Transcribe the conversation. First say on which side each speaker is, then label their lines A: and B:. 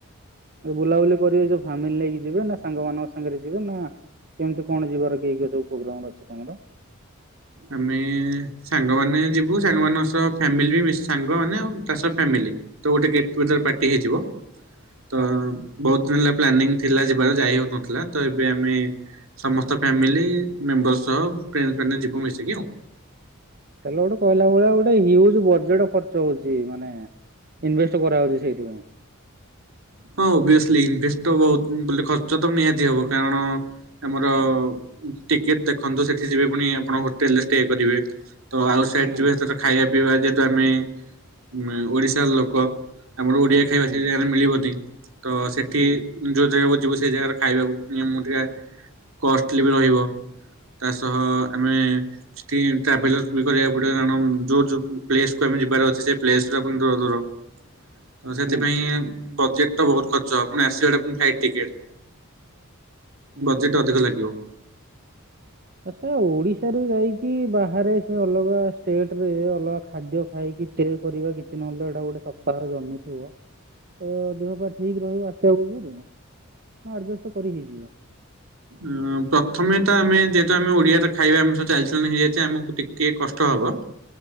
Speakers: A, on the right (about 45°); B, on the right (about 65°).
A: ଯୋଉ ବୁଲାବୁଲି କରିବେ ଯୋଉ ଫ୍ୟାମିଲି ନେଇକି ଯିବୁ ନା ସାଙ୍ଗମାନାନଙ୍କ ସାଙ୍ଗରେ ଯିବୁ ନା କେମିତି କଣ ଯିବାର କି କି ସବୁ ପ୍ରୋଗ୍ରାମର ଅଛି ତମର?
B: ଆମେ ସାଙ୍ଗମାନେ ଯିବୁ। ସାଙ୍ଗମାନଙ୍କ ସହ ଫ୍ୟାମିଲି ବି ମିଶି ସାଙ୍ଗମାନେ ଆଉ ତା ସହ ଫ୍ୟାମିଲି। ତ ଗୋଟେ ଗେଟ୍ ଟୁଗେଦର ପାର୍ଟି ହେଇଯିବ।
A: <inaudible>
B: ତ ବହୁତ ଦିନ ହେଲା ପ୍ଲାନିଂ ଥିଲା ଯିବାର। ଯାଇ ହଉନଥିଲା। ତ ଏବେ ଆମେ ସମସ୍ତ ଫ୍ୟାମିଲି ମେମ୍ବର ସହ ପ୍ଲେନ କରିକିନା ଯିବୁ ମିଶିକି ଆଉ।
A: ତାହେଲେ ଗୋଟେ କହିଲା ଭଳିଆ ଗୋଟେ ହ୍ୟୁଜ ବଜେଟ ଖର୍ଚ୍ଚ ହଉଛି। ମାନେ ଇନଭେଷ୍ଟ କରାହଉଛି ସେଇଥିପାଇଁ।
B: ହଁ ଓଭିଅସଲି, ଇନଭେଷ୍ଟ ତ ବହୁତ ବୋଲେ ଖର୍ଚ୍ଚ ତ ନିହାତି ହବ। କାରଣ ଆମର ଟିକେଟ ଦେଖନ୍ତୁ। ସେଠି ଯିବେ ପୁଣି ଆପଣ ହୋଟେଲରେ ଷ୍ଟେ କରିବେ। ତ ଆଉଟ୍ ସାଇଡ଼
A: ହୁଁ
B: ଯିବେ ସେ ଖାଇବା, ପିଇବା ଯେହେତୁ ଆମେ ମେ ଓଡିଶାର ଲୋକ। ଆମର ଓଡିଆ ଖାଇବା
A: ହୁଁ
B: ସେ ଜାଗାରେ ମିଳିବନି। ତ ସେଠି
A: ହୁଁ
B: ଯୋଉ ଜାଗାକୁ ଯିବୁ ସେ ଜାଗାରେ ଖାଇବାକୁ ପ ମୁଁ ଟିକେ କଷ୍ଟଲି ବି ରହିବ। ତା ସହ ଆମେ ଷ୍ଟିଲ ଟ୍ରାଭେଲସ ବି କରିବାକୁ ପଡ଼ିବ, କାରଣ ଯୋଉ ଯୋଉ ପ୍ଲେସକୁ ଆମେ ଯିବାର ଅଛି ସେ ପ୍ଲେସ ବି ଦୂର ଦୂର। ହଁ ସେଥିପାଇଁ
A: ହୁଁ
B: ବଜେଟ୍ ତ ବହୁତ ଖର୍ଚ୍ଚ। ପୁଣି ଆସିବାଟା ପୁଣି ଫ୍ଲାଇଟ୍ ଟିକେଟ୍।
A: ହୁଁ।
B: ବଜେଟ ଅଧିକ ଲାଗିବ।
A: ଆଚ୍ଛା ଓଡିଶାରୁ ଯାଇକି ବାହାରେ ସେ ଅଲଗା ଷ୍ଟେଟରେ ଅଲଗା ଖାଦ୍ୟ ଖାଇକି ଏଞ୍ଜୟେ କରିବା କିଛି ନହଲେ ଏଟା ଗୋଟେ ସପ୍ତାହର ଜର୍ଣ୍ଣି ଥିବ। ତ ଦେହ ପା ଠିକ ରହିବ ଆସିବା ପୁର୍ବୁରୁ? ହଁ ଆଡଜଷ୍ଟ କରି ହେଇଯିବ।
B: ଉଁ ପ୍ରଥମେ ତ ଆମେ ଯେହେତୁ ଆମେ ଓଡିଆ ତ ଖାଇବା ଆମ ସହିତ <unintelligible> ହେଇଯାଇଛି ଆମକୁ ଟିକେ କିଏ କଷ୍ଟ ହବ।